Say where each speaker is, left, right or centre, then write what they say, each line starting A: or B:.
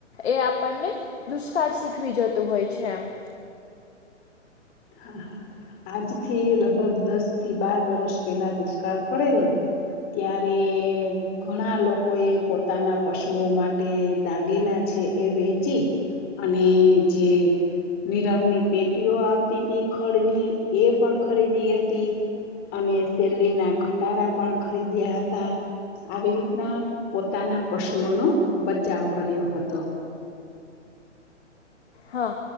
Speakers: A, on the left; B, on the left.
A: એ આપણને દુષ્કાળ શીખવી જતું હોય છે એમ.
B: હા હા આજથી લગભગ દસ થી બાર વર્ષ પેલા દુષ્કાળ પડેલો ત્યારે ઘણા લોકો એ પોતાના પશુઓ માટે દાગીના છે એ વેચી અને જે મિરરની પેટીઓ આવ તી તી. એ ખડની એ પણ ખરીદી હતી. અને શેરડીના ખટારા પણ ખરીદ્યા હતા. આવી રીતના પોતાના પશુઓનો બચાવ કર્યો હતો.
A: હા